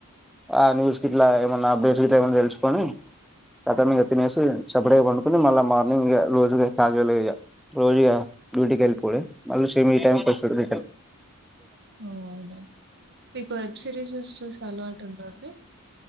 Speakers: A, in the centre; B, on the right.
A: ఆ న్యూస్ కి ఇట్లా ఏమైన్నా అప్డేట్స్ కితే ఏమైన్నా తెలుసుకొని కత మీ తినేసి సబడేగా పండుకుని మళ్ళీ మా ఇం రోజుగా క్యాజువల్ గా రోజుగా డ్యూటీకి వెళ్ళిపోయి మళ్ళీ సేమ్ ఈ టైమ్కి వస్తుం
B: అ అవునా మీకు వెబ్ సిరీసెస్ చూసే అలవాటు ఉందా అండి